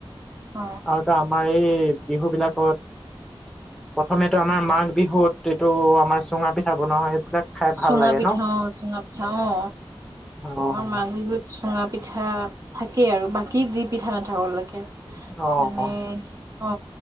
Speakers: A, on the right (about 35°); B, in the centre.
A: অ
B: আৰু আগতে আমাৰ এই বিহু বিলাকত প্ৰথমেতো আমাৰ মাঘ বিহুত এইটো আমাৰ চুঙা পিঠা বনোৱা হয় সেইবিলাক খাই ভাল
A: চুঙা
B: লাগে
A: পিঠা
B: ন'?
A: অ চুঙা পিঠা অ
B: অ',
A: আমাৰ মাঘ বিহুত চুঙা পিঠা থাকেই আৰু বাকী যি পিঠা নাথাকক লাগে
B: অ',
A: মানে অ